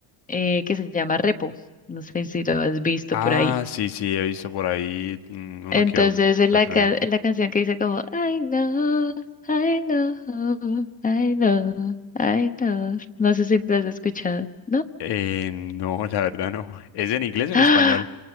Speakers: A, on the left; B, on the left.
A: eh, que se llama Repo, no sé si lo has visto
B: Ah,
A: por ahí.
B: sí, sí, he visto por ahí mm, uno
A: Entonces
B: que, o-
A: es
B: que
A: la,
B: otro
A: ca-
B: gameplay.
A: la canción que dice como I know, I know, I know, I know. No sé si la has escuchado, ¿no?
B: Eh, no, <laughs> la verdad no. ¿Es en inglés o
A: ¡Ah!
B: en español?